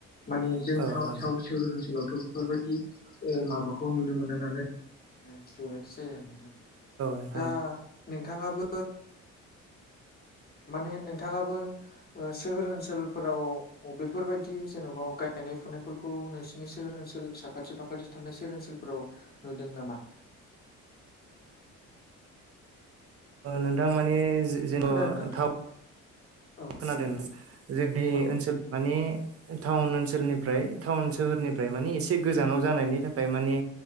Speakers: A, on the left (about 30°); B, on the right (about 50°).
A: माने
B: औ
A: जों साउ सोहोर ओनसोलावथ' बेफोरबायदि ए माबाखौ नुनो मोना नालाय बेबायदि जायो आरो नोंथां।
B: नोंथां
A: दा
B: औ
A: नोंथाङाबो माने नोंथाङाबो सोहोर ओनसोलफोराव बेफोरबायदि जेन'बा गायनाय फुनाय फोरफोरखौ नोंसिनि सोहोर ओनसोल साखाथि फाखाथि थानाय सोहेर ओनसोलफोराव नुदों नामा?
B: नोंथां माने जे जेन'
A: खोनादों ना नोंथां
B: थाम
A: औ
B: खोनादों जोंदि
A: औ
B: ओनसोल माने टाउन ओनसोलनिफ्राय टाउन सोहोरनिफ्राय माने एसे गोजानाव जानायनि थाखाय माने